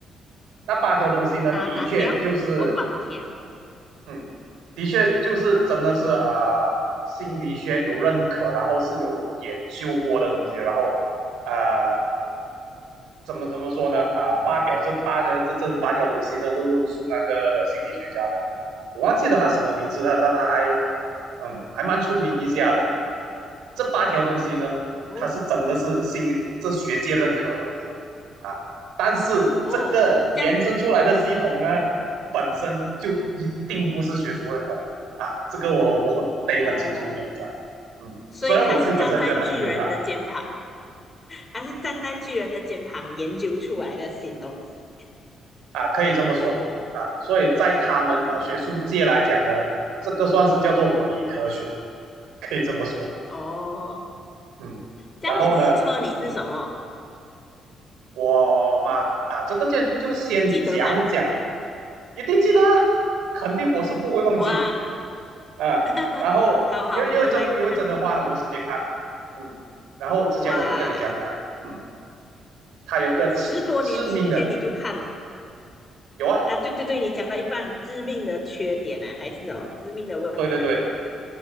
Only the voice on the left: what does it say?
哪哪条？
哦，八条，
嗯。
哦
哦，这样
哦，
所以他是站在巨人的肩膀，
他是站在巨人的肩膀研究出来的新东西。
嗯，
哦，
这样你自己测你是什么？
你记得吧？
哇，
<laughs>
好好，我们来看的。
哇，
十多年前你就看了
啊？对对对，你讲到一半，致命的缺点呢、啊，还是什么致命的问题？